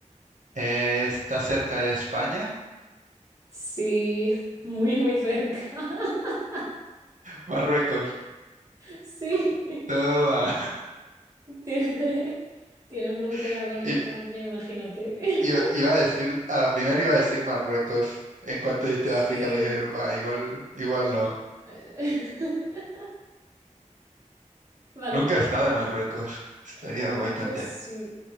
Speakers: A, on the right (about 70°); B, on the right (about 25°).
A: ¿está cerca de España?
B: Sí, <laughs> muy, muy cerca. <laughs>
A: Marruecos.
B: Sí,
A: Toma.
B: tiene, tiene frontera
A: <laughs>
B: con España,
A: I-
B: imagínate. <laughs>
A: Iba, iba a decir, a la primera iba a decir Marruecos. En cuanto dijiste
B: Sí.
A: África, pues dije, "Bah, igual, igual no.
B: <laughs> Vale,
A: Nunca
B: te
A: he estado
B: toca.
A: en Marruecos. Estaría guay
B: Yo
A: también.
B: sí,